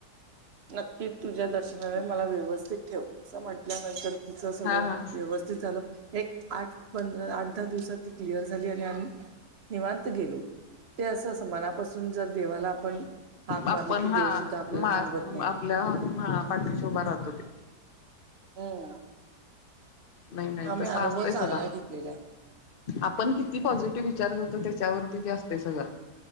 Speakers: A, on the right (about 40°); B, on the left (about 40°).
A: नक्की तुझ्या दर्शनाने मला व्यवस्थित ठेव असं म्हंटल्यानंतर. तिचं सगळं
B: हा हा
A: व्यवस्थित झालं. एक आठ पंधरा आठ दहा दिवसात ती क्लिअर झाली आणि आम्ही निवांत गेलो. ते असं असं मनापासून जर देवाला आपण. हाक
B: आपण
A: मारली की
B: हा
A: देव सुद्धा आपल्याला
B: मा
A: थांबवत नाही
B: आपल्या हा पाठीशी उभा राहतो ते.
A: हम्म.
B: नाही नाही
A: आम्ही
B: तसं
A: अनुभव
B: असतंय
A: चांगला
B: सोडा
A: घेतलेला आहे.
B: आपण किती पॉझिटिव्ह विचार करतो त्याच्यावरती ते असतं. ते सगळं.